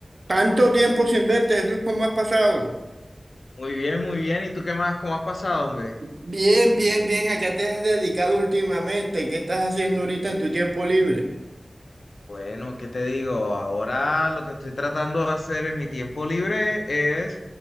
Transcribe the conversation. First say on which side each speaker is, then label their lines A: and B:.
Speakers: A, on the right; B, on the left.
A: Tanto tiempo sin verte, Jesús, ¿cómo has pasado?
B: Muy bien, muy bien. ¿Y tú qué más? ¿Cómo has pasado, hombre?
A: Bien, bien, bien. ¿A qué te has dedicado últimamente? ¿Qué estás haciendo ahorita en tu tiempo libre?
B: Bueno, ¿qué te digo? Ahora lo que estoy tratando de hacer en mi tiempo libre es